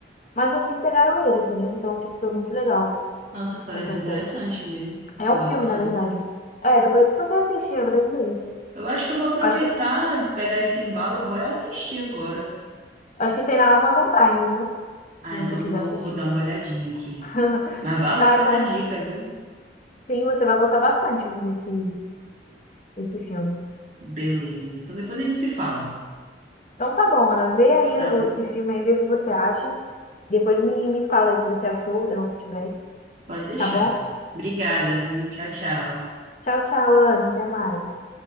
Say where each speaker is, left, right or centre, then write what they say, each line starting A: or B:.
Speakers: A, on the left; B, on the right.
A: Mas no fim pegaram ele, entendeu? Então, tipo, foi muito legal
B: Nossa, parece
A: essa
B: interessante
A: série.
B: mesmo.
A: É
B: Bacana.
A: um filme, na verdade. É, depois que você assistir, é brasileiro.
B: Eu acho que eu vou aproveitar,
A: Acho que,
B: pegar esse embalo, eu vou é assistir agora.
A: acho que tem na Amazon Prime, viu?
B: Ah,
A: Se você
B: então
A: quiser
B: eu vou,
A: assistir.
B: vou dar uma olhadinha aqui.
A: <laughs>
B: Mas valeu
A: Tá,
B: pela
A: então,
B: dica, viu?
A: sim, você vai gostar bastante desse, esse filme.
B: Beleza. Então depois a gente se fala,
A: Então tá bom, Ana, vê aí
B: tá
A: o-
B: bom?
A: esse filme aí, vê o que você acha. Depois me, me fala aí o que você achou, dá um feedback,
B: Pode deixar.
A: tá bom?
B: Obrigada, viu? Tchau, tchau.
A: Tchau, tchau, Ana, até mais.